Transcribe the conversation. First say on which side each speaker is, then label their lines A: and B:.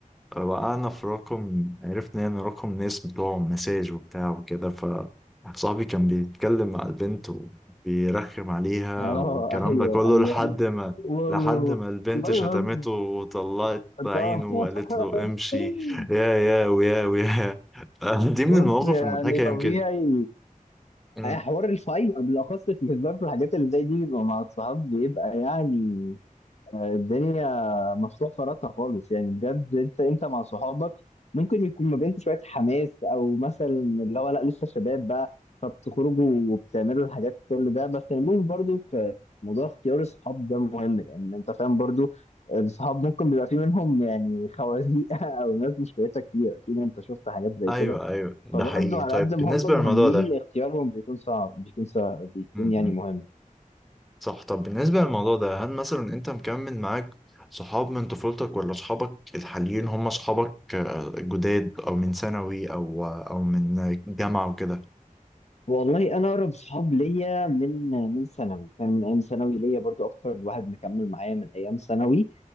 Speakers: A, in the centre; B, on the left (about 50°).
A: أه، وقعنا في رقم عرفنا يعني رقم ناس بتوعهم مساج وبتاع وكده فصاحبي كان بيتكلم مع البنت وبيرخم عليها
B: <laughs> اه
A: والكلام
B: ايوه
A: ده كله
B: ايوه
A: لحد ما
B: وال-
A: لحد ما البنت
B: والله
A: شتمته
B: بص
A: وطلعت عينه
B: طبعا
A: وقالت له امشي
B: <laughs>
A: يا يا ويا ويا <laughs>
B: بص
A: دي من المواقف
B: يعني
A: المضحكة
B: طبيعي
A: يمكن مم.
B: حوار الفايب بالاخص في الهزار في الحاجات اللي زي دي بيبقى مع الصحاب بيبقى يعني الدنيا مفتوح فراتها خالص يعني بجد انت انت مع صحابك ممكن يكون ما بينكم شويه حماس او مثلا اللي هو لا لسه شباب بقى فبتخرجوا وبتعملوا الحاجات كل ده بس المهم برضو في موضوع اختيار الصحاب ده مهم لان انت فاهم برضو الصحاب ممكن بيبقى في منهم يعني خوازيق <laughs> او ناس مش كويسه كتير اكيد انت شفت حاجات زي
A: ايوه
B: كده
A: ايوه ده
B: فبرضو
A: حقيقي
B: على
A: طيب
B: قد ما
A: بالنسبة
B: هم
A: للموضوع
B: مهمين اختيارهم بيكون صعب بيكون صعب بيكون
A: ده
B: يعني مهم
A: صح طب بالنسبة للموضوع ده هل مثلا انت مكمل معاك صحاب من طفولتك ولا صحابك الحاليين هم صحابك آه، جداد او من ثانوي او آه، او من جامعة وكده
B: والله انا اقرب صحاب ليا من من ثانوي كان من ايام ثانوي ليا برضو اكتر واحد مكمل معايا من ايام ثانوي